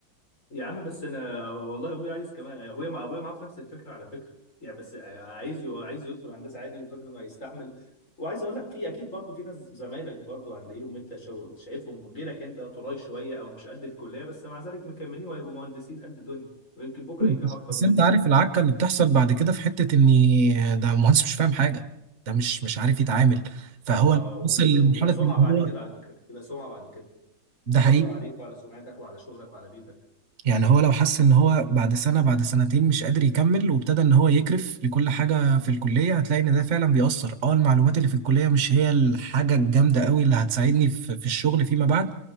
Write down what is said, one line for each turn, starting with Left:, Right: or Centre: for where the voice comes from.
Left: يا عم بس انا والله ابويا عايز كمان ابويا مع ابويا معاه في نفس الفكره على فكره يعني بس عايز عايز يدخل هندسه عادي وفاكر انه هيستحمل وعايز اقول لك في اكيد برضه في ناس زمايلك برضه هتلاقيهم انت شا- شايفهم غيرك انت طراي شويه او مش قد الكليه بس مع ذلك مكملين وهيبقوا مهندسين قد الدنيا ويمكن بكره ينجحوا
Right: بس
Left: اكتر
Right: بس
Left: مننا
Right: انت عارف العكه اللي بتحصل بعد كده في حته ان ده مهندس مش فاهم حاجه ده مش مش عارف يتعامل فهو
Left: اه
Right: لما
Left: وبتبقى
Right: وصل لمرحله
Left: بتبقى سمعه
Right: ان
Left: بعد
Right: هو
Left: كده على فكره بتبقى سمعه بعد كده
Right: ده
Left: بتأثر
Right: حقيقي
Left: عليك وعلى سمعتك وعلى شغلك وعلى بيتك
Right: يعني هو لو حس ان هو بعد سنه بعد سنتين مش قادر يكمل وابتدى ان هو يكرف لكل حاجه في الكليه هتلاقي ان ده فعلا بيأثر اه المعلومات اللي في الكليه مش هي الحاجه الجامده قوي اللي هتساعدني في في الشغل فيما بعد